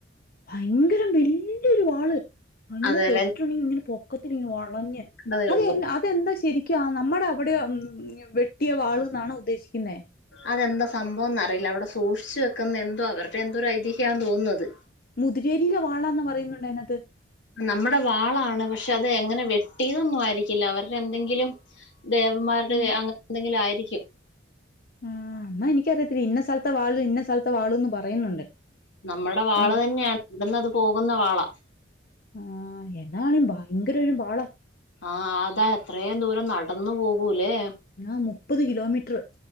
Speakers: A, on the left; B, on the left.
A: ഭയങ്കരം വല്യൊരു വാള് അങ്ങനെ
B: അതേലെ
A: വെച്ചിട്ടുണ്ടെങ്കിൽ ഇങ്ങനെ പൊക്കത്തിൽ വളഞ്ഞ്
B: ണ്ടതേ
A: അത്
B: ഉള്ളൂ
A: അതെന്താ ശരിക്കും. നമ്മുടെ അവിടെ വെട്ടിയ വാള് ന്നാണോ ഉദ്ദേശിക്കുന്നേ
B: അതെന്താ സംഭവന്ന് അറിയില്ല അവിടെ സൂക്ഷിച്ച് വെക്കുന്ന എന്തോ അവരുടെ എന്തോ ഒരു ഐതിഹ്യമാണ് തോന്നുന്നത്.
A: മുതിരേരിയിലെ വാളാ എന്ന് പറയുന്നുണ്ടായിന്നത്.
B: നമ്മുടെ വാളാണ് പക്ഷെ അത് എങ്ങനെ വെട്ടിന്നന്നും ആയിരിക്കില്ല അവരുടെ എന്തെങ്കിലും. ദേവന്മാരുടെ
A: ഉം
B: അങ്ങനെ എന്തെങ്കിലും ആയിരിക്കും.
A: ആ എന്നാ എനിക്കറിയത്തില്ല ഇന്ന സ്ഥലത്തെ വാള് ഇന്ന സ്ഥലത്തെ വാള്ന്ന് പറയുന്നുണ്ട്.
B: നമ്മുടെ വാള
A: ഇന്ന്
B: തന്നെയാണ് ഇവിടന്ന് അത് പോകുന്ന വാള
A: ആഹ എന്നാളും ഭയങ്കര ഒരു വാള്
B: ആഹ അതാ എത്രയും ദൂരം നടന്നു പോകൂലേ
A: ആ മുപ്പത് കിലോമീറ്റർ